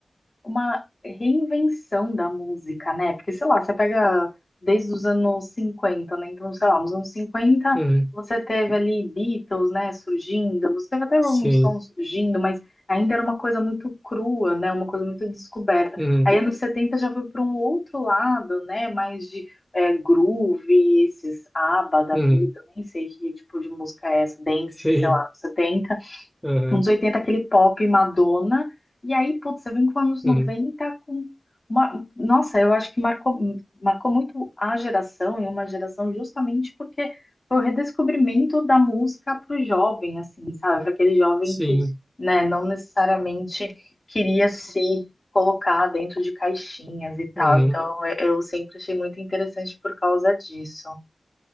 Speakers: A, on the left (about 40°); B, in the centre.
A: uma reinvenção da música, né? Porque, sei lá, você pega desde os anos 50, né? Então, sei lá, nos anos cinquenta
B: hum,
A: você teve ali Beatles, né, surgindo, você teve até Rolling
B: sim,
A: Stones surgindo, mas ainda era uma coisa muito crua, né? Uma coisa muito descoberta.
B: hum,
A: Aí, anos 70 já foi para um outro lado, né? Mais de é, groove, esses ABBA da
B: hum,
A: vida, nem sei que tipo de música é essa, dance,
B: sim,
A: sei lá, Setenta
B: aham,
A: Uns oitenta aquele pop Madonna. E aí, putz, você vem com anos
B: hum,
A: 90 com uma. Nossa, eu acho que marcou, marcou muito a geração e uma geração justamente porque foi o redescobrimento da música para o jovem, assim, sabe? Para aquele jovem
B: sim.
A: que, né, não necessariamente queria se colocar dentro de caixinhas e tal.
B: Uhum.
A: Então, eu eu sempre achei muito interessante por causa disso.